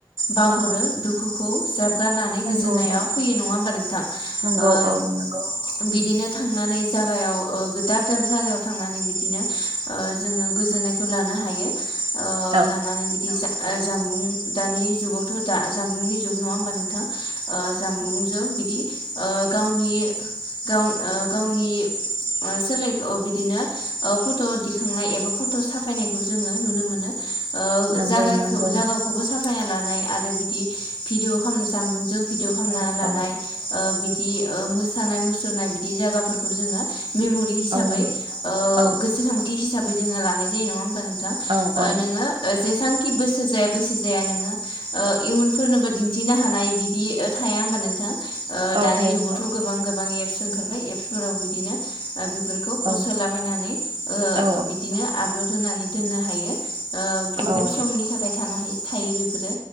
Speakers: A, on the left (about 85°); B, on the right (about 90°).
A: बावगुरो
B: औ
A: दुखु खौ ज्राब गारनानै
B: नंगौ
A: गोजोननाया
B: नोंथां
A: फैयो। नङा होनबा नोंथां?
B: नंगौ
A: ओ
B: औ नंगौ
A: बिदिनो थांनानै जागायाव ओ दाब दाब जागायाव थांनानै बिदिनो ओ जोङो गोजोननायखौ लानो हायो। ओ
B: औ
A: लानानै बिदि जा ओ जानबुं दानि जुगावथ' दा जानबुंनि जुग नङा होमबा नोंथां ओ जानबुंजों बिदि ओ गावनि गाव ओ गावनि ओ सोलेरखौ बि बिदिनो ओ फट' दिखांनाय एबा फट' साफायनाय खौ जोङो नुनो मोनो ओ
B: नंगौ
A: जागाय
B: नंगौ
A: खौ जागावखौबो
B: नोंथां
A: साफायना लानाय आरो बिदि भिडिअ' खामनो जानबुं जों भिडअ' खामना
B: औ
A: लानाय
B: औ
A: ओ बि दि ओ मोसानाय मुसुरनाय बिदि जागाफोरखौ जोङो मेम'रि हिसाबै
B: औ नंगौ
A: ओ
B: औ
A: गोसोखांथि हि हिसाबै जोङो लानाय जायो। नङा होम ओ नोंथां
B: औ
A: ओ
B: औ
A: नोङो ओ जेसां खि बैसो जाया बैसो जाया नोङो ओ इयुनफोरनोबो दिनथिनो हानाय बिदि थाया होनबा नोंथां। ओ
B: औ
A: दानि
B: थायो
A: जुगावथ'
B: नोंथां
A: गोबां गोबां एप प्स ओंखारबाय एप्सफोराव बिदिनो ओ बेफोरखौ पस्ट
B: औ
A: होलाबायनानै ओ
B: औ
A: बिदिनो आपलड होनानै दोननो हायो। ओ गोबाव
B: औ
A: समनि थाखाय थानो हायो थायो बेफोरो